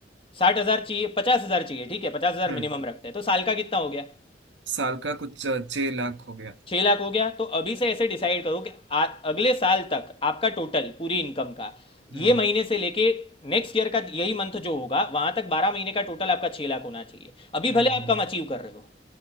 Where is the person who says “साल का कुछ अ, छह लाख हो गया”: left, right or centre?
Right